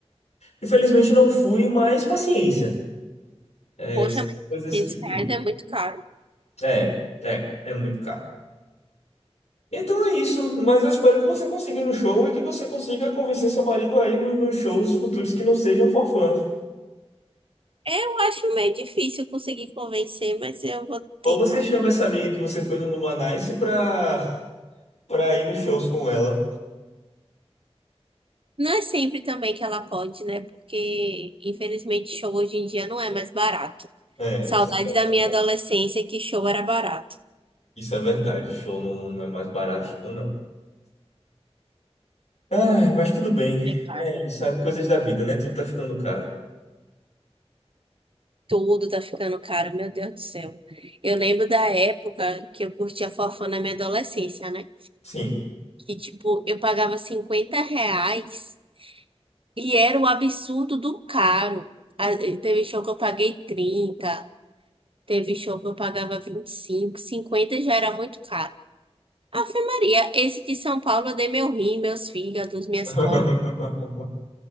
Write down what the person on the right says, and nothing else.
Poxa,
mas
500
reais é muito caro.
Eu acho meio difícil conseguir convencer, mas eu vou
tentar.
Não é sempre também que ela pode, né? Porque, infelizmente, show hoje em dia não é mais barato.
Saudade
da minha adolescência que show era barato.
É caro.
Tudo tá ficando caro, meu Deus do céu. Eu lembro da época que eu curtia forró na minha adolescência, né?
Que, tipo, eu pagava 50 reais e era o absurdo do caro. Ah, Teve show que eu paguei trinta teve show que eu pagava vinte e cinco 50 já era muito caro. Ave Maria, esse de São Paulo eu dei meu rim, meus fígados, minhas
costas.